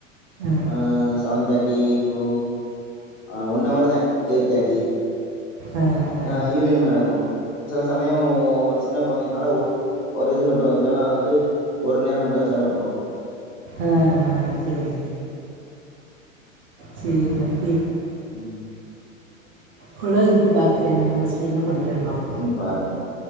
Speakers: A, on the right (about 25°); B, on the left (about 65°).
A: ஆ
B: ஆஹ் செவன் தேட்டி டூ ஆஹ் ஒன் அவர் தான் எயிட் தேர்டி
A: ஆ ஆ
B: ஆஹ் ஈவினிங் நடக்கும் சில சமயம் சின்னகுழந்தைங்கனால ஒரு ஒரு இது மட்டும் வச்சாலும் அதாவது ஒரு நேரம் மட்டும் வச்சாலும் வப்போம்
A: ஆஹ்ஹ் சேரி சேரி சேரி நான் கேக்கிறேன்
B: உம்
A: கொண்டாந்து விட்டு பாக்குறேன் ஃபர்ஸ்ட் என்ன பண் ரெண்டும்
B: ம் பாருங்க